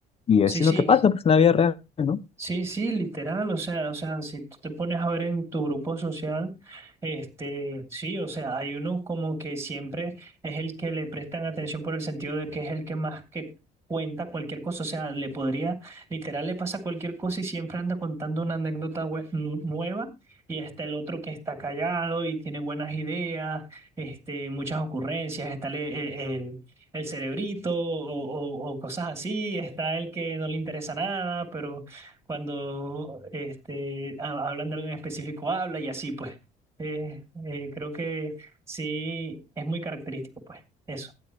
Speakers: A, on the left (about 35°); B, on the right (about 15°).
A: Y
B: sí,
A: así
B: sí,
A: es lo que pasa, pues, en la vida real, ¿no?
B: Sí, sí, literal, o sea, o sea, si tú te pones a ver en tu grupo social, este, sí, o sea, hay uno como que siempre es el que le prestan atención por el sentido de que es el que más que cuenta cualquier cosa, o sea, le podría, literal, le pasa cualquier cosa y siempre anda contando una anécdota bue- nu- nueva y está el otro que está callado y tiene buenas ideas, este, muchas ocurrencias, está el, el el- el cerebrito o, o, o cosas así, está el que no le interesa nada, pero cuando este, ha- hablan de algo en específico, habla y así, pues. Eh, eh, creo que sí, es muy característico, pues, eso.